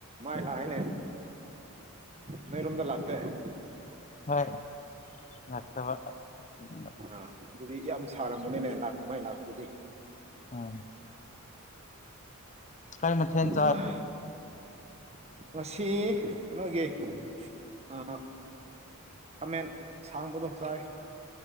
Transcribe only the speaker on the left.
ꯍꯣꯏ ꯅꯠꯇꯕ <inaudible>
ꯎꯝ ꯀꯩ ꯃꯊꯦꯜ ꯆꯥ